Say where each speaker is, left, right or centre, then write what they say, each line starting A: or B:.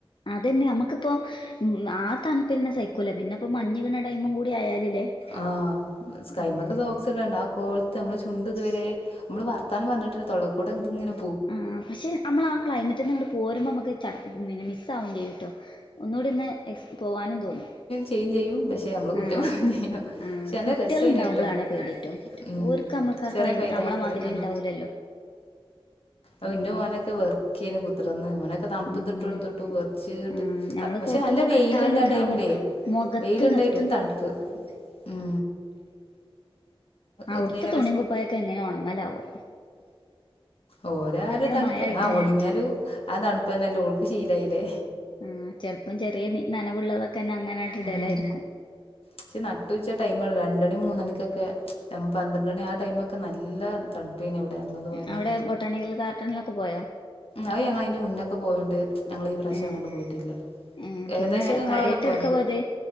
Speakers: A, on the left; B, on the left.
A: അതന്നെ നമുക്ക്പ്പോ ഉം ആഹ് തണ്പന്നേ സൈക്കൂല പിന്നെപ്പോ മഞ്ഞ് വിക്ണ ടൈമും കൂടി ആയാലില്ലേ
B: ആഹ് കൈമക്കെ
A: ഉം
B: സോക്സിഡണ്ട ആഹ് കോലത്ത് നമ്മള് ചുണ്ട് ഇതുവരെ നമ്മള് വർത്താനം പറഞ്ഞിട്ട് തന്നെ തൊള്ളക്കൂടെ ഇത് ഇങ്ങന
A: ആഹ് പക്ഷെ നമ്മളാ ആഹ് ക്ലൈമറ്റ്ന്ന് നിന്ന് ഇങ്ങോട്ട് പോരുമ്പോ നമുക്ക് ചട പിന്നെ മിസ് ആവും ചെയ്യുട്ടോ ഒന്നുകൂടി ഒന്ന് എ പോവാനും തോന്നും
B: ചേഞ്ച് ചെയ്യും പക്ഷേ നമ്മ കുറ്റം
A: ആ
B: പറയും ചെയ്യും
A: ആ
B: പക്ഷെ നല്ല
A: കുട്ടികൾ
B: രസേനിട്ടൊ
A: ഉണ്ടാവുമ്പോളാണ് പേടിട്ടോ
B: ഉം
A: ഓർക്ക് നമ്മൾക്ക് ആ
B: ചെറിയ
A: ക്ലൈ
B: പൈത
A: നമ്മളെ
B: മക്കള്
A: മാതിരി
B: ഉം
A: ഉണ്ടാവൂലല്ലോ
B: ഔ
A: ഉം
B: ഇന്റെ മോനൊക്കെ വെർക്കെനി കു ഇത്രന്ന് ഓനെയൊക്കെ തണുപ്പ്
A: ഉം
B: ഇതൊക്കെ ഇട്ടോടുത്തിട്ടും വെർച്ചീട്ട്
A: ആ നമ്മള്
B: പക്ഷെ
A: കോട്ടും
B: നല്ല
A: ഇതൊക്കെ
B: വെയില്ണ്ട്
A: ഇട്ടാലും
B: ആഹ്
A: ഉണ്ടാവും
B: ടൈമില്
A: മുഖത്ത്
B: വെയില്ണ്ട്
A: തട്ടും
B: തണുപ്പ് ഉം
A: അവുട്ത്തെ
B: അത് കഴിഞ്ഞ
A: തുണിയും കുപ്പായൊക്കെ എങ്ങനെ ഒണങ്ങലാവോ
B: ഓര രു തണുപ്പ്
A: മഴ ആയിട്ട് തന്നെ
B: ഒണങ്ങിയാലും ആഹ് തണുപ്പ് ന്നെല്ലെ ഓ ശീല ആയിലെ
A: ആ ചെലപ്പം ചെറിയ നനവുള്ളതൊക്കെ തന്നെ അങ്ങനെയായിട്ട് ഇടലായിരിക്കും
B: ഉം പക്ഷെ നട്ട് ഉച്ച ടൈമാത് രണ്ട്മണി മൂന്നമണിഒക്കൊ പന്ത്രണ്ട മണി ആഹ് ടൈമ ഒക്കെ നല്ല തണുപ്പേനി അവ്ടെ ഞങ്ങളന്ന് പോയന്ന്
A: അവിടെ ബൊട്ടാണിക്കൽ ഗാർഡനിലൊക്കെ പോയോ
B: അഹ് ഞങ്ങൾ അയിന്റെ മുന്നൊക്കെ പോയോണ്ട് ഞങ്ങള് ഈ പ്രാവശ്യം
A: ഏ
B: അങ്ങോട്ട് പോയിട്ടില്ല
A: ഏ
B: ഏകദേശം
A: പിന്നെ
B: ങ്ങളവിടെ
A: കാര്യായിട്ട്
B: പോയ
A: എടുക്കാ പോയത്